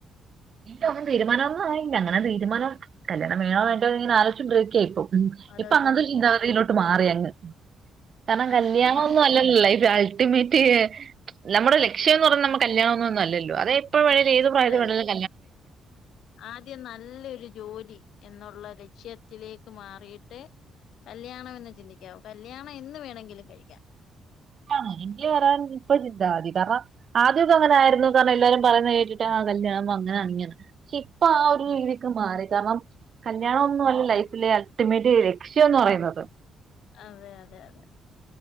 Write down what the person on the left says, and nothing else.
ആലോചിച്ചോണ്ടിരിക്കുവായിരുന്നു
ആഹ്
അല്ലല്ല
ആദ്യം നല്ലയൊരു - ജോലി എന്നുള്ള ലക്ഷ്യത്തിലേക്ക് മാറിയിട്ട്- കല്യാണം എന്ന് ചിന്തിക്കാവൂ കല്ല്യാണം എന്ന് വേണമെങ്കിലും കഴിക്കാം
ഉം
മാറി
ഉം
അതെ അതെ അതെ